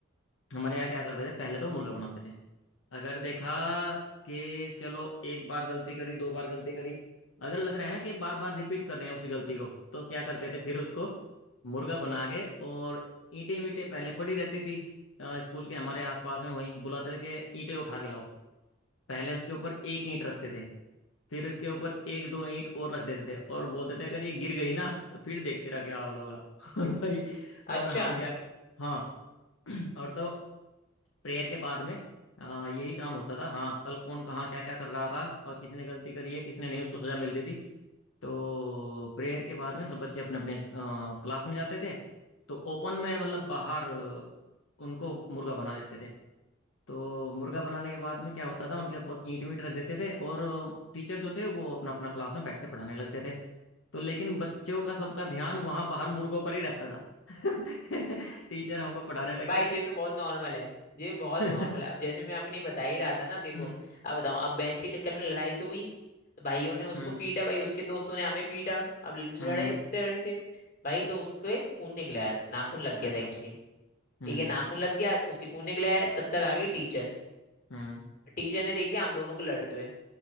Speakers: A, on the left; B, on the left.
A: हमारे यहाँ क्या करते थे पहले तो मुर्गा बनाते थे अगर देखा कि चलो एक बार गलती करी दो बार गलती करी अगर लग रहा है ना कि बार बार रिपीट कर रहे हैं उसी गलती को तो क्या करते थे फिर उसको मुर्गा बना के और ईंटें वींटें पहले पड़ी रहती थी अ, स्कूल के हमारे आसपास में वहीं बुलाते थे कि ईंटें उठा के लाओ पहले उसके ऊपर एक ईंट रखते थे फिर उसके ऊपर एक दो ईंट और रख देते थे और बोलते थे अगर ये गिर गई ना तो फिर देखते रह क्या हाल होगा <laughs> और भाई और
B: अच्छा
A: हम क्या हाँ और तो प्रेयर के बाद में अ, यही काम होता था हाँ कल कौन कहाँ क्या क्या कर रहा था और किसने गलती करी है किसने नहीं उसको सजा मिलती थी तो प्रेयर के बाद में सब बच्चे अपने अपने क्लास में जाते थे तो ओपन में मतलब बाहर अ, उनको मुर्गा बना देते थे तो मुर्गा बनाने के बाद में क्या होता था उनके ऊपर ईंट मीट रख देते थे और टीचर जो थे वो अपना अपना क्लास में बैठ के पढ़ाने लगते थे तो लेकिन बच्चों का सबका ध्यान वहां बाहर मुर्गों पर ही रहता था <laughs> टीचर हमको पढ़ाने लगते
B: भाई
A: थे
B: ये तो बहुत नॉर्मल है ये बहुत
A: <laughs>
B: नॉर्मल है अब जैसे मैं अपनी बता ही रहा था ना देखो
A: हम्म
B: अब बताऊं अब बेंच के चक्कर में लड़ाई तो हुई तो भाइयों ने उसको
A: हम्म
B: पीटा भाई उसके दोस्तों ने हमें पीटा अब ल- लड़ते
A: हम्म,
B: रहे थे भाई तो उसके खून निकला है नाखून लग गया
A: अच्छा
B: था एक्चुअली
A: हम्म
B: ठीक है नाखून लग गया उसके खून निकला है तब तक आ गई टीचर
A: हम्म
B: टीचर ने देख लिया हम दोनों को लड़ते हुए